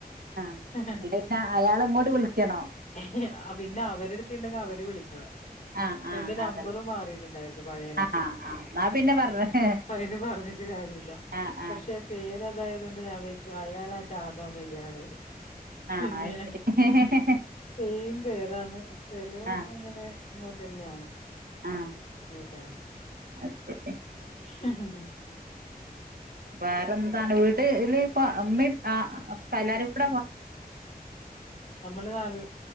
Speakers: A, on the right; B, on the left.
A: അല്ല
B: ഹ് ഹ്
A: പിന്നെ അയാൾ ഇങ്ങോട്ട് വിളിക്കണോ
B: ഹാ <unintelligible> പിന്നെ അവരുടുത്തുണ്ടെങ്കിൽ അവര് വിളിക്കണം
A: ആ ആ
B: എന്റെ നമ്പറും
A: അതന്നെ
B: മാറിട്ടുണ്ടായിരുന്നു പയേ നമ്പർ
A: ആ ആ എന്നാ പിന്നെ പറഞ്ഞ
B: അയില് പറ ന്നിട്ട് കാര്യമില്ല
A: ആ
B: പക്ഷെ
A: ആ
B: പേരതായതുക കൊണ്ട് ഞാൻ വിളി ച്ചു അയാളായിട്ട് ആകാം വെയ്യാള്
A: ആഹ്
B: പിന്നെ
A: അത് ശരി
B: സെയിം പേര് അതാണ്ലോ
A: ആഹ്
B: അങ്ങനെ ഇങ്ങോട്ട് തന്നെയാണ്
A: ആഹ്
B: <unintelligible>
A: <unintelligible>
B: ഹ ഹഹ
A: വേറെന്താണ് വീട്ല് ഇപ്പ ഉമ്മീ ആ എ ല്ലാരും കൂടി
B: നമ്മള്നാല്